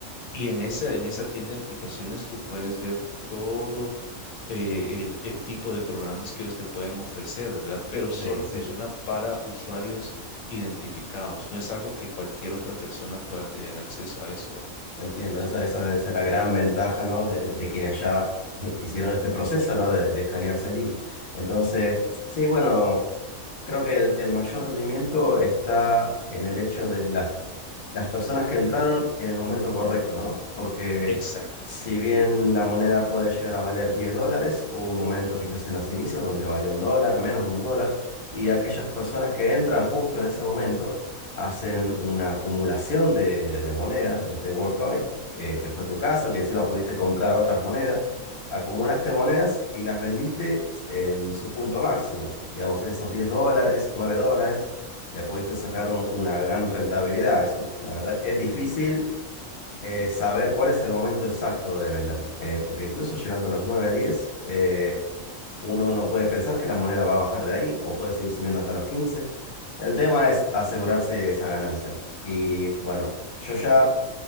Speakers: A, on the left; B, on the left.
A: Y en esa, en esa tienda de aplicaciones tú puedes ver todo eh,
B: ujú.
A: el, el tipo de programas que ellos te pueden ofrecer, ¿verdad? Pero solo
B: Sí, sí.
A: funciona para usuarios identificados. No es algo que cualquier otra persona pueda tener acceso a eso, ¿verdad?
B: Entiendo. Esa, esa es la gran ventaja, ¿no? De, de quienes ya <laughs> hicieron este proceso, ¿no? De, de escanearse el iris. Entonces, sí, bueno. Creo que el, el mayor rendimiento está en el hecho de las las personas que entraron en el momento correcto, ¿no? Porque
A: Exacto.
B: si bien la moneda puede llegar a valer 10 dólares, hubo un momento quizás en los inicios donde valió un dólar, menos de un dólar, y aquellas personas que entran justo en ese momento hacen una acumulación de, de monedas, de, de WorldCoin, que, que fue tu caso, que encima pudiste comprar otras monedas, acumulaste monedas y las vendiste en su punto máximo. Digamos, en esos 10 dólares, 9 dólares, le pudiste sacar un- una gran rentabilidad. Eso, la verdad, es difícil eh, saber cuál es el momento exacto de vender, eh, porque incluso llegando a los 9 10 eh, uno no puede pensar que la moneda va a bajar de ahí o puede seguir subiendo hasta los quince El tema es asegurarse esa ganancia. Y bueno, yo ya